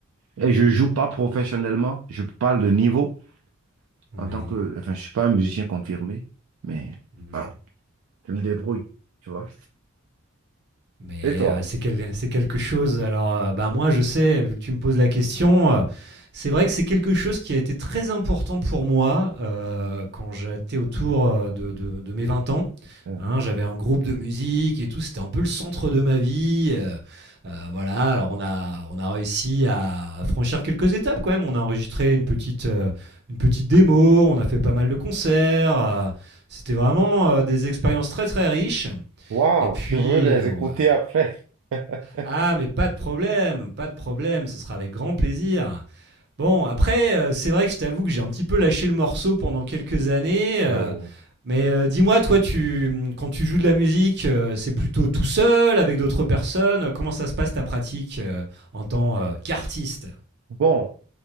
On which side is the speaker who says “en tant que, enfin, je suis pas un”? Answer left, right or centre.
Right